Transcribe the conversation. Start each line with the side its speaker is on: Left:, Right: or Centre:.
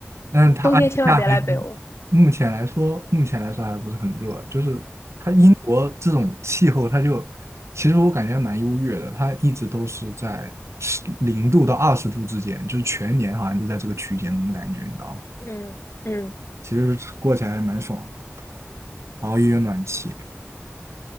Right: 但是它而且夏天目前来说，
Left: 冬天千万别来北欧。
Right: 目前来说还不是很热，就是它英国这种气候，它就其实我感觉蛮优越的，它一直都是在十零度到二十度之间，就是全年好像都在这个区间那种感觉，你知道吗？
Left: 嗯嗯，嗯
Right: 其实过起来还蛮爽的。然后又有暖气。